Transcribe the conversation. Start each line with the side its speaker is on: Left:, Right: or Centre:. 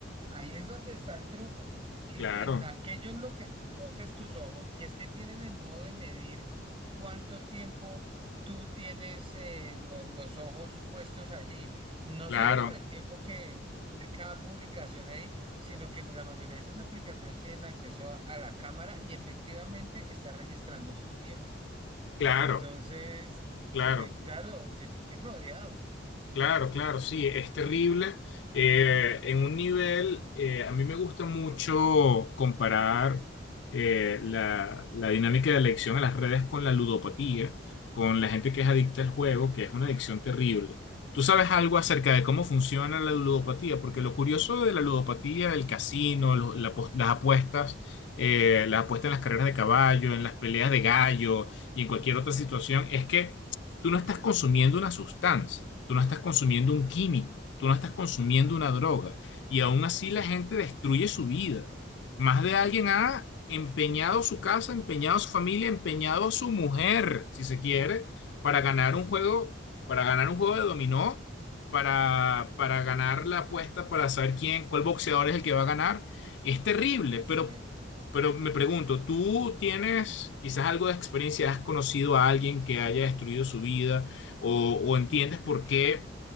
Right: Ahí es donde está el truco, que
Left: claro,
Right: en la- aquello en lo que tú poses tus ojos, y es que tienen el modo de medir cuánto tiempo tú tienes eh, lo- los ojos puestos allí, no
Left: claro,
Right: solo por el tiempo que, que dure cada publicación ahí, sino que la mayoría de esas aplicaciones tienen acceso a, a la cámara y efectivamente está registrando esos tiempos.
Left: claro,
Right: Entonces,
Left: claro.
Right: pues claro, te tienen rodeado.
Left: Claro, claro, sí, es terrible. Eh, en un nivel, eh, a mí me gusta mucho comparar eh, la, la dinámica de adicción a las redes con la ludopatía, con la gente que es adicta al juego, que es una adicción terrible. ¿Tú sabes
Right: Sí,
Left: algo acerca de cómo funciona la ludopatía? Porque lo curioso de la ludopatía, el casino, lo- la pos- las apuestas, eh, las apuestas en las carreras de caballo, en las peleas de gallo y en cualquier otra situación, es que Tú no estás consumiendo una sustancia, tú no estás consumiendo un químico, tú no estás consumiendo una droga. Y aún así la gente destruye su vida. Más de alguien ha empeñado su casa, empeñado su familia, empeñado su mujer, si se quiere, para ganar
Right: es
Left: un juego,
Right: cierto,
Left: para ganar un juego de dominó, para, para ganar la apuesta, para saber quién, cuál boxeador es el que va a ganar. Es terrible,
Right: es
Left: pero
Right: cierto.
Left: pero me pregunto, ¿tú tienes quizás algo de experiencia? ¿Has conocido a alguien que haya destruido su vida? ¿O, o entiendes por qué